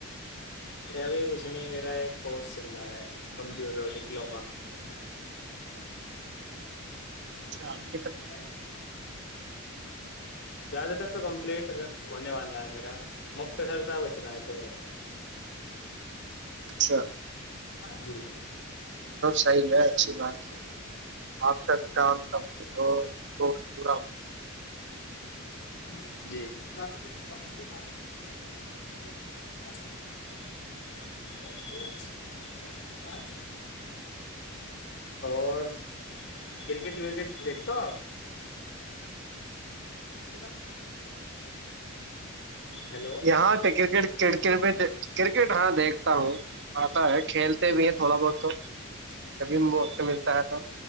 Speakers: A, on the left; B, on the right.
A: کیا بھی کچھ <unintelligible> میرا ایک کورس چل رہا ہے <unintelligible> کمپیوٹر ڈپلما <unintelligible>
B: چ <inaudible>
A: <inaudible> زیادہ تر تو کمپلیٹ ہونے والا ہے میرا مختصر سا بچ رہا ہے تھوڑا سا <unintelligible>
B: اچھا <inaudible>
A: جی
B: صحیح ہے اچھی بات ہے آپ کا کام کمپلیٹ ہو تو پورا ہو۔
A: <inaudible> <inaudible> جی جی <unintelligible> اور کرکٹ وکٹ دیکھتے ہو آپ <unintelligible> <inaudible> ہیلو
B: یہاں پ کرکٹ کڑک میں <unintelligible> کرکٹ ہاں دیکھتا ہوں <unintelligible> آتا ہے کھیلتے بھی ہیں تھوڑا بہت تو <unintelligible>
A: تو
B: موقع ملتا ہے تو